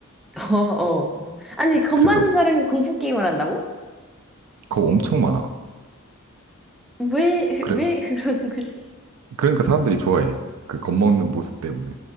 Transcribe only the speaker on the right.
그래서
겁 엄청 많아.
그래
그러니까 사람들이 좋아해. 그 겁 먹는 모습 때문에.